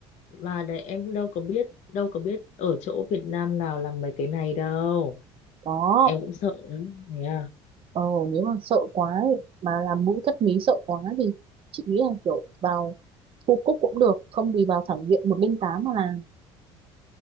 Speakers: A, on the left; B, on the right.
A: Mà đấy em đâu có biết đâu có biết ở chỗ Việt Nam nào làm mấy cái này đâu
B: đó
A: em cũng sợ lắm thế à
B: Ờ, nếu mà sợ quá ấy, mà làm mũi cất mí sợ quá thì chị nghĩ là kiểu vào khu Cúc cũng được không thì vào thẳng viện một linh tám mà làm